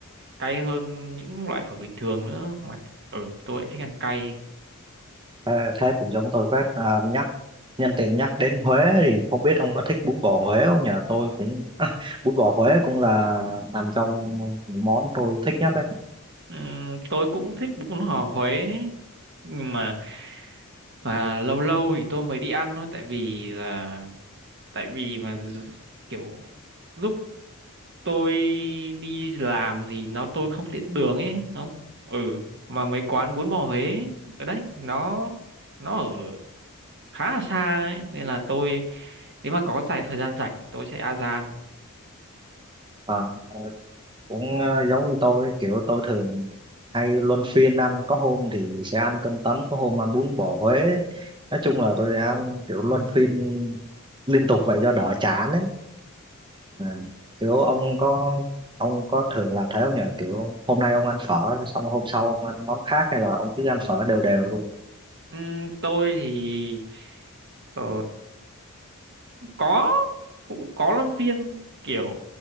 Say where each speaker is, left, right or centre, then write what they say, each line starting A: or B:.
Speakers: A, on the right; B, on the right.
A: cay hơn những loại phở bình thường nữa mà ừ tôi lại thích ăn cay
B: thế, thế cũng giống tôi phết à, nhắc Nhân tiện nhắc đến Huế thì không biết ông có thích bún bò Huế không nhỉ? Tôi cũng à, bún bò Huế cũng là nằm trong những món tôi thích nhất đấy.
A: Ừm, tôi cũng thích bún bò Huế ấy. nhưng mà và lâu lâu thì tôi mới đi ăn thôi tại vì là tại vì mà d- kiểu lúc tôi đi làm thì nó tôi không tiện đường ấy không ừ mà mấy quán bún bò Huế ở đấy nó nó ở khá là xa ấy nên là tôi nếu mà có dài thời gian rảnh thì tôi sẽ a gian
B: À, ờ, cũng ờ, giống như tôi kiểu tôi thường hay luân phiên ăn có hôm thì sẽ ăn cơm tấm có hôm ăn bún bò Huế. Nói chung là tôi sẽ ăn kiểu luân phiên liên tục vậy cho đỡ chán đấy. À, kiểu ông có ông có thường làm thế không nhỉ? Kiểu hôm nay ông ăn phở xong hôm sau ông ăn món khác hay là ông cứ ăn phở đều đều luôn?
A: Ừm, tôi thì ờ, có cũng có luân phiên kiểu